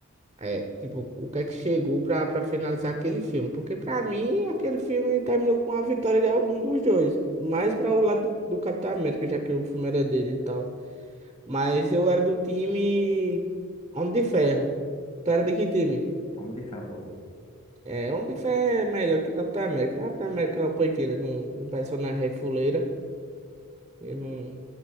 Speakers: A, on the right; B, on the left.
A: É, tipo, o que é que chegou pra, pra finalizar aquele filme. Porque pra mim, aquele filme terminou com a vitória de algum dos dois. Mais pra o lado do, do Capitão América, já que o filme era dele e tal. Mas eu era do time Homem de Ferro. Tu era de que time?
B: Homem de Ferro também.
A: É, Homem de Ferro é melhor que Capitão América. Capitão América é uma poiqueira de um, de um personagem aí fuleira. Eu não